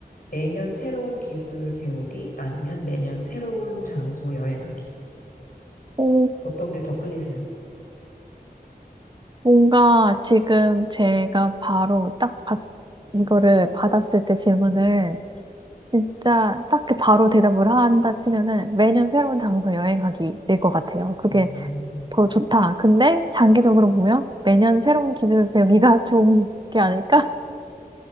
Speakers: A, on the left (about 65°); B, on the right (about 30°).
A: 매년 새로운 기술 배우기, 아니면 매년 새로운 장소 여행하기.
B: 오,
A: 어떤 게 더 끌리세요?
B: 뭔가 지금 제가 바로 딱 봤, 이거를 받았을 때 질문을 진짜 딱 그 바로 대답을 한다 치면은 매년 새로운 장소 여행하기 될 것 같아요. 그게
A: 음,
B: 더 좋다. 근데 장기적으로 보면 매년 새로운 기술을 배우기가 <laughs> 좋은 게 아닐까?